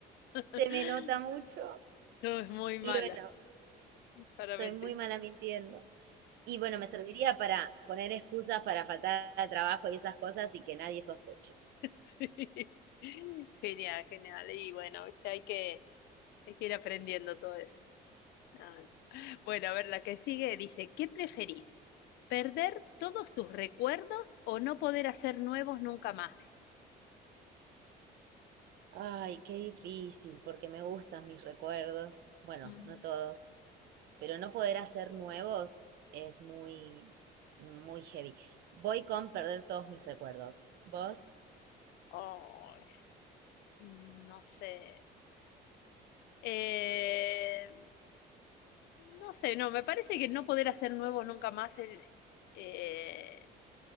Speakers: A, on the left; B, on the right.
A: <laughs>
B: se me nota mucho
A: No, es muy mala
B: y bueno,
A: para
B: soy
A: mentir.
B: muy mala mintiendo. Y bueno, me serviría para poner excusas para faltar al trabajo y esas cosas y que nadie sospeche.
A: <laughs> Sí. Genial, genial. Y bueno, viste, hay que, hay que ir aprendiendo todo eso. No, no. Bueno, a ver, la que sigue dice, ¿qué preferís? ¿Perder todos tus recuerdos o no poder hacer nuevos nunca más?
B: Ay, qué difícil, porque me gustan mis recuerdos. Bueno,
A: Mm,
B: no todos, pero no poder hacer nuevos es muy, muy heavy. Voy con perder todos mis recuerdos. ¿Vos?
A: ay, mm, no sé. Eh, no sé, no, me parece que no poder hacer nuevos nunca más es, eh,